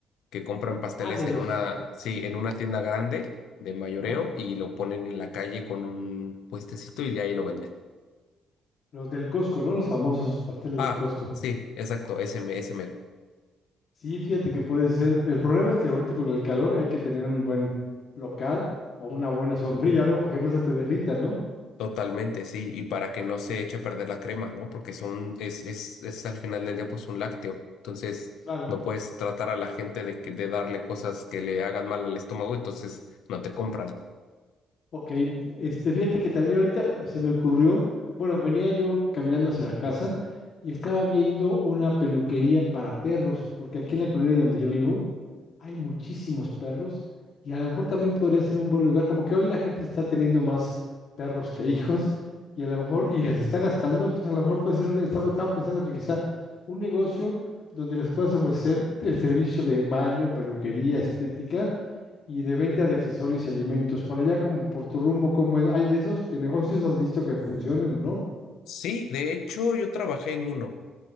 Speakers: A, on the left; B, on the left.
A: que compran pasteles
B: Ah, de los,
A: en una, sí, en una tienda grande de mayoreo
B: ah,
A: y lo ponen en la calle con un puestecito y ahí lo venden.
B: los del Costco, ¿no? Los famosos pasteles
A: Ah,
B: del Costco.
A: sí, exacto, ese, me- ese mero.
B: Sí, fíjate que puede ser. El problema es que ahorita con el calor hay que tener un buen local o una buena sombrilla, algo para que no se te derrita, ¿no?
A: Totalmente, sí, y para que no se eche a perder la crema, ¿no? Porque son, es, es, es al final del día pues un lácteo. Entonces,
B: Claro.
A: no puedes tratar a la gente de que, de darle cosas que le hagan mal al estómago, entonces no te compran.
B: Ok. Este, fíjate que también ahorita se me ocurrió, bueno, venía yo caminando hacia la casa y estaba viendo una peluquería para perros, porque aquí en la colonia donde yo vivo hay muchísimos perros y a lo mejor también podría ser un buen lugar, como que hoy la gente está teniendo más perros que hijos y a lo mejor, y les
A: Sí,
B: está gastando, entonces a lo mejor puede ser, un, estaba, estaba pensando que quizá un negocio donde les puedas ofrecer el servicio de baño, peluquería, estética y de venta de accesorios y alimentos. Por allá, como por tu rumbo, ¿cómo es? ¿Hay de esos de negocios? ¿Has visto que funcionen o no?
A: Sí, de hecho, yo trabajé en uno.